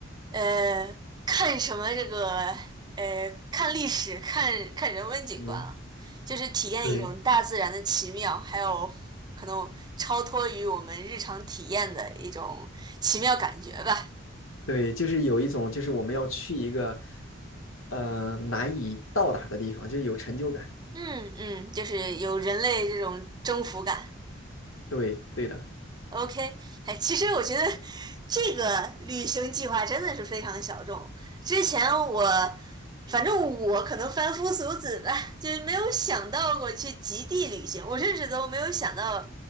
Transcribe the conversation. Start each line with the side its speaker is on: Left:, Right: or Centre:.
Right: 呃看什么这个呃看历史、看看人文景观了，
Left: 嗯，
Right: 就是体验一种大自然的奇妙，
Left: 对。
Right: 还有可能超脱于我们日常体验的一种奇妙感觉吧。
Left: 对，就是有一种，就是我们要去一个，呃，难以到达的地方，就有成就感。
Right: 嗯嗯，就是有人类这种征服感。
Left: 对，对的，
Right: OK，哎，其实我觉得这个旅行计划真的是非常小众。之前我，反正我可能凡夫俗子吧，就是没有想到过去极地旅行。我甚至都没有想到，